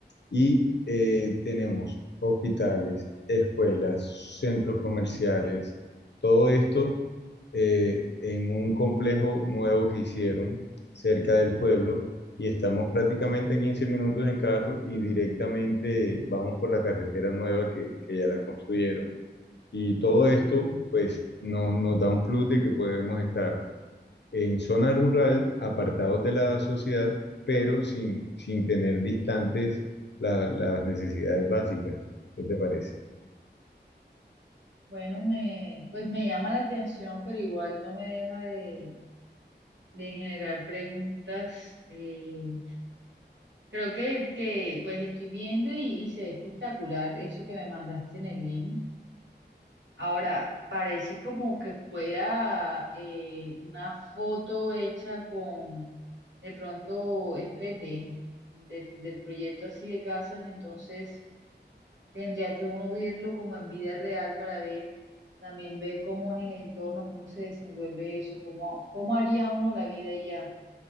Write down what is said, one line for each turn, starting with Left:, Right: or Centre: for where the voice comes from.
Left: y eh, tenemos hospitales, escuelas, centros comerciales, todo esto eh, en un complejo nuevo que hicieron cerca del pueblo y estamos prácticamente a 15 minutos en carro y directamente vamos por la carretera nueva que, que ya la construyeron. Y todo
Right: Mm,
Left: esto pues no- nos da un plus de que podemos estar en zona rural, apartados de la sociedad, pero sin, sin tener distantes la- las necesidades básicas. ¿Qué te parece?
Right: Bueno, me, pues me llama la atención, pero igual no me deja de, de generar preguntas. eh, creo que, que pues estoy viendo y, y se ve espectacular eso que me mandaste en el link. Ahora, parece como que fuera eh, una foto hecha con, de pronto en 3D, del, del proyecto así de casas, entonces... Tendría que uno verlo como en vida real para ver, también ver cómo es el entorno, cómo se desenvuelve eso, cómo, cómo haría uno la vida y ya,